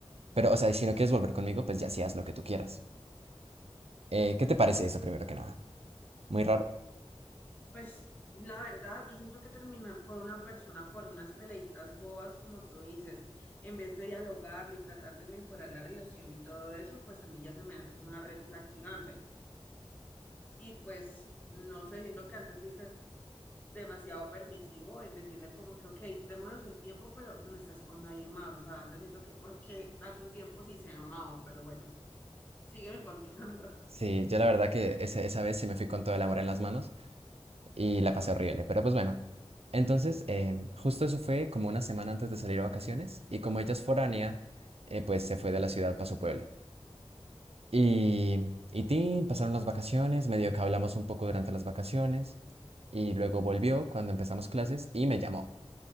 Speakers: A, on the right (about 70°); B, on the left (about 15°).
A: Pero, o sea, si no quieres volver conmigo, pues ya sí haz lo que tú quieras. Eh, ¿qué te parece eso primero que nada? Muy raro.
B: Pues la verdad, yo siento que terminar con una persona por unas peleitas bobas, como tú dices, en vez de dialogarlo y tratar de mejorar la relación y todo eso, pues a mí ya se me hace es una red flag gigante. Y pues, no sé, siento que antes fuiste demasiado permisivo en decirle como que, ok, démonos el tiempo, pero no estás con nadie más. O sea, antes siento que por qué darse un tiempo si se amaban, pero bueno, sígueme <laughs> contando.
A: Sí, yo la verdad que ese- esa vez sí me fui con todo el amor en las manos y la pasé horrible, pero pues bueno. Entonces, em, justo eso fue como una semana antes de salir a vacaciones y como ella
B: Ujú.
A: es foránea, eh, pues se fue de la ciudad para su pueblo. Y, y tin, pasaron las vacaciones, medio que hablamos un poco durante las vacaciones, y luego volvió cuando empezamos clases y me llamó,